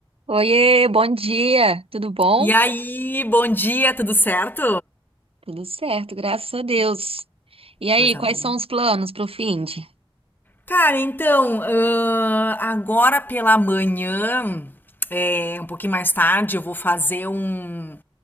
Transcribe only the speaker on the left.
E aí, bom dia, tudo certo?
Coisa
boa.
Cara, então, ahn, agora pela manhã, é, um pouquinho mais tarde, eu vou fazer um,